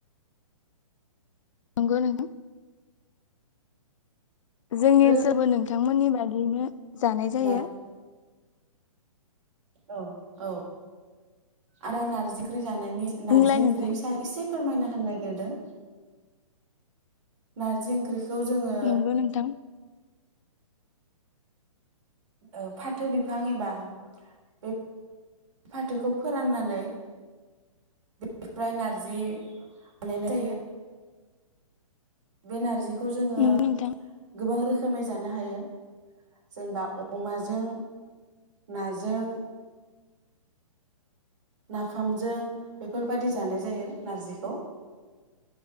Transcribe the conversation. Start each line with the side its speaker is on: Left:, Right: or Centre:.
Left: नंगौ नोंथां। जोंनि
Right: आरो
Left: ओनसोलबो नोंथांमोननि बादियैनो जानाय जायो।
Right: नार औ औ आरो नारजिख्रुय- जानायनि नारजि
Left: बुंलाय
Right: ओंख्रिनि
Left: नोंथां
Right: सायाव एसे फोरमायना होनो नागिरदों नारजि ओंख्रि खौ जोङो
Left: नंगौ नोंथां
Right: ओ फाथो बिफां एबा बे फाथोखौ फोराननानै बेनिफ्राय नारजि बानायनाय जायो। बेे नारजि खौ जोङो
Left: नंगौ नोंथां
Right: गोबां रोखोमै जानो हायो जेनेबा अमाजों नाजों नाफामजों बेफोरबायदि जानाय जायो नार्जिखौ